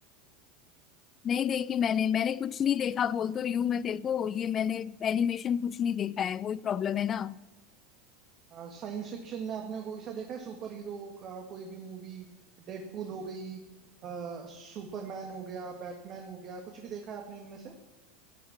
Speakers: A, on the left; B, on the right.
A: नहीं देखी मैंने मैंने कुछ नहीं देखा बोल तो रही हूँ मैं तेरे को ये मैंने एनिमेशन कुछ नहीं देखा है वही प्रॉब्लम है ना
B: साइंस फिक्शन में आपने कोई सा देखा है सुपर हीरो का कोई भी मूवी डेडपूल हो गई आ, सुपरमैन हो गया बैटमैन हो गया कुछ भी देखा है आपने इनमें से